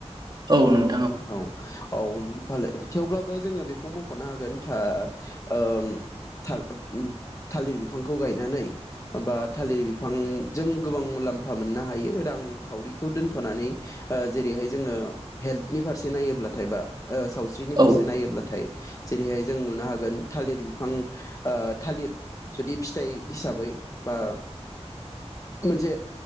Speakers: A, on the right (about 40°); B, on the left (about 30°).
A: औ नों
B: औ अम फालो थेवब्लाबो बो जोङो बेखौ मखनो हागोन था ओम थाल ओम थालिर बिफांखौ गायनानै बा थालिर बिफांजों गोबां मुलाम्फा मोननो हायो रांखावरिखौ दोनथनानै जेरैहाय जोङो हेल नि फारसे नायोब्लाथायबा ओ सावस्रिनि फारसे
A: औ
B: नायोब्लाथाय जेरैहाय जों नुनो हागोन थालिर बिफां ओ थालिर जुदि फिथाइ हिसाबै बा मोनसे